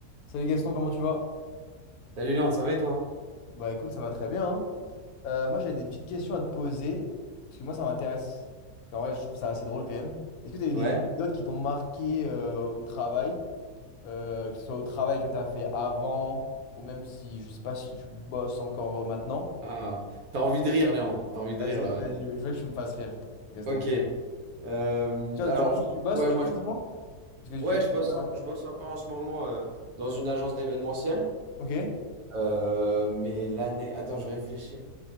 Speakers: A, on the left; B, on the right.
A: Salut Gaston, comment tu vas?
B: Salut Léandre, ça va et toi?
A: Bah écoute, ça va très bien. hein. Euh, moi j'avais des petites questions à te poser, parce que moi ça m'intéresse. Parce qu'en vrai, je trouve ça assez drôle quand même. Est-ce que tu as eu
B: Ouais?
A: des anecdotes qui t'ont marqué euh, au travail? Euh, que ce soit au travail que tu as fait avant, ou même si je sais pas si tu bosses encore euh, maintenant.
B: Ah, t'as envie de rire, Léandre. T'as envie de
A: Vas-y,
B: rire là.
A: vas-y,
B: ouais.
A: je veux que tu me fasses rire, Gaston.
B: Ok. Euh,
A: Tu, vois,
B: alors,
A: tu- tu-
B: je-
A: tu bosses,
B: ouais,
A: tu
B: moi,
A: bosses
B: je...
A: en ce moment? Parce
B: ouais,
A: que tu.
B: je bosse,
A: voilà.
B: en- je bosse encore en ce moment euh, dans une agence d'événementiel.
A: Ok? Ouais,
B: Euh, mais l'année, attends, je réfléchis.